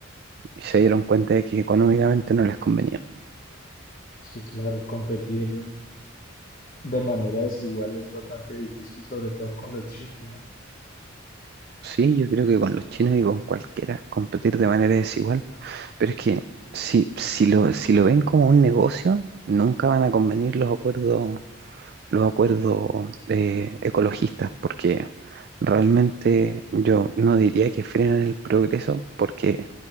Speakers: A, on the right; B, on the left.
A: y se dieron cuenta de que económicamente no les convenía.
B: Sí, claro, competir de manera desigual es bastante difícil, sobre todo con los chinos, ¿no?
A: Sí, yo creo que con los chinos y con cualquiera competir de manera desigual, pero es que si, si lo, si lo ven como un negocio, nunca van a convenir los acuerdos los acuerdos eh, ecologistas, porque realmente yo no diría que frenan el progreso, porque